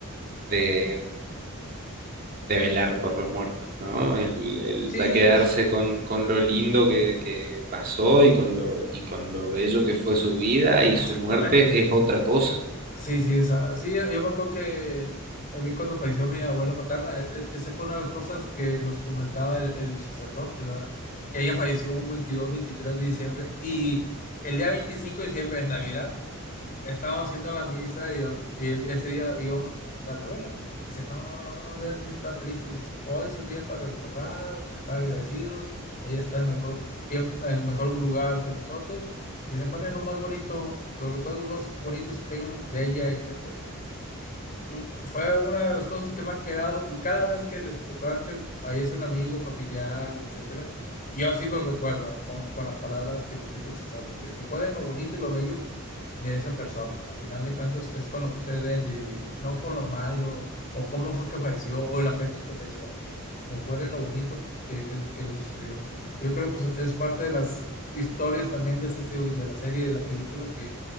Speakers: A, on the right; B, on the left.
A: de, de velar por los muertos, ¿no? El, el
B: sí,
A: ya quedarse
B: es-
A: con, con lo lindo que, que pasó y con lo, y con lo bello que fue su vida y
B: exactamente.
A: su muerte es otra cosa.
B: Sí, sí, o sea, sí, yo me acuerdo que a mí cuando falleció mi abuela materna, e- e- esa fue una de las cosas que nos comentaba el, el sacerdote, ¿verdad? Que ella falleció un 22, veintitrés de diciembre y el día 25 de diciembre, en Navidad, estábamos haciendo la misa y, yo- y él- ese día íbamos a sepultar a mi abuela. Dice, no, no, Dan, está triste. Dice, hoy es el día para recordar, estar agradecidos. Ella está en el mejor tiempo, en el mejor lugar que nosotros. Y recuerden lo más bonito, los recuerdos más bonitos que tengan de ella, etc. Mm, fue una de las cosas que me ha quedado y cada vez que desafortunadamente fallece un amigo, familiar, etcétera, y yo así lo recuerdo con, con las palabras que nos dijo el sacerdote. Recuerden lo bonito y lo bello de esa persona. A final de cuentas es con lo que ustedes deben de vivir, no con lo malo o cómo fue que falleció o la fecha que falleció. No, no. Recuerden lo bonito que, que, que le sucedió. Yo creo que pues, es parte de las historias también de, esas, digo, de la serie, de la película que,